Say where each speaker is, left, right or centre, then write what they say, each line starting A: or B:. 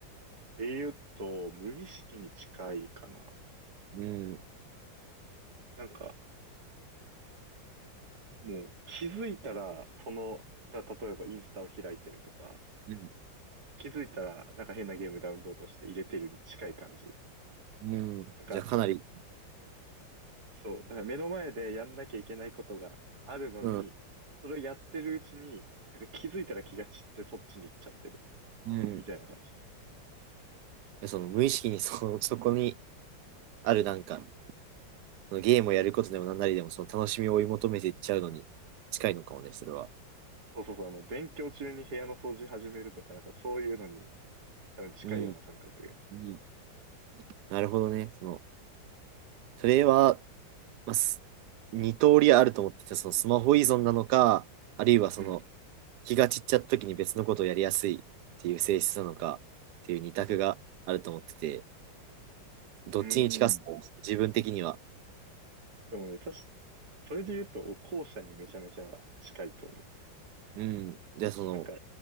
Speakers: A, on the right; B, on the right.
A: ていうと、無意識に近いかな。
B: うん
A: なんか、もう気づいたら、その、た例えばインスタを開いてるとか、
B: うん
A: 気づいたら、なんか変なゲームダウンロードして入れてるに近い感じ。
B: うんじゃあかなり、
A: なんか、そう、だから目の前でやんなきゃいけないことがあるのに、
B: うん
A: それをやってるうちに、なんか気づいたら気が散ってそっちに行っちゃってる、
B: うん、
A: みたいな感じ。
B: その無意識にそそこにあるなんかそのゲームをやることでも何なりでもその楽しみを追い求めていっちゃうのに近いのかもね、それは。
A: そうそうそう、あの、勉強中に部屋の掃除始めるとか、なんかそういうのに多分近いような感覚。
B: うんうんなるほどね。そのそれは、まあ、す2通りあると思ってて、そのスマホ依存なのか、あるいはその
A: うん。
B: 気が散っちゃった時に別のことをやりやすいっていう性質なのかっていう二択があると思ってて、どっちに近すか自分的には。
A: うん。でもね、確かそれで言うと、後者にめちゃめちゃ近いと思う。
B: うん、じゃあその、
A: なんか、